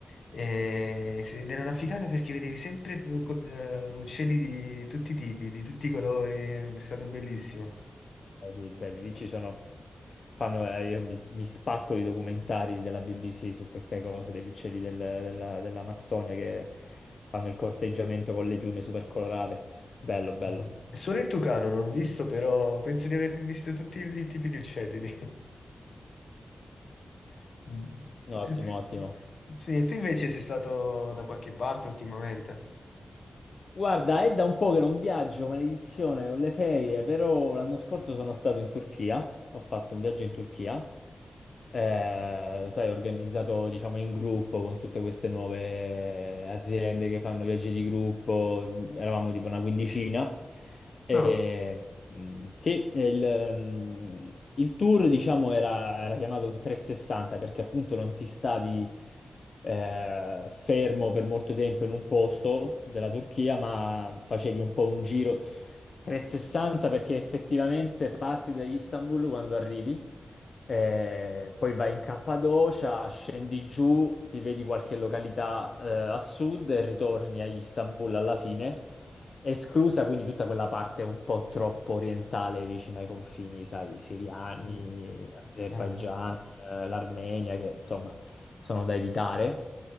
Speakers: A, on the left; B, on the left.
A: E se- Ed era una figata perché vedevi sempre eh, co- eh, uccelli di tutti i tipi, di tutti i colori, è stato bellissimo.
B: Eh, sì, belli, lì ci sono, fanno, eh, io mi, mi spacco di documentari della BBC su queste cose, degli uccelli del- della- dell'Amazzonia che fanno il corteggiamento con le piume super colorate. Bello, bello.
A: Eh, Solo il tucano non ho visto, però penso di aver visto tutti i tipi di uccelli lì. <laughs> Mm.
B: Ottimo,
A: E tu-
B: ottimo.
A: Sì, e tu invece sei stato da qualche parte ultimamente?
B: Guarda, è da un po' che non viaggio, maledizione, ho le ferie, però l'anno scorso sono stato in Turchia, ho fatto un viaggio in Turchia, eh, sai, organizzato diciamo in gruppo con tutte queste nuove aziende che fanno viaggi di gruppo, mm, eravamo tipo una quindicina, e,
A: Ah,
B: mm, sì, e il, mm, il tour diciamo era, era chiamato un 360 perché appunto non ti stavi eh, fermo per molto tempo in un posto della Turchia, ma facevi un po' un giro 360 perché effettivamente parti da Istanbul quando arrivi eh, poi vai in Cappadocia, scendi giù, ti vedi qualche località eh, a sud e ritorni a Istanbul alla fine, esclusa quindi tutta quella parte un po' troppo orientale vicino ai confini, sai, siriani,
A: mm,
B: Azerbaigian,
A: Eh.
B: eh, l'Armenia, che insomma sono da evitare.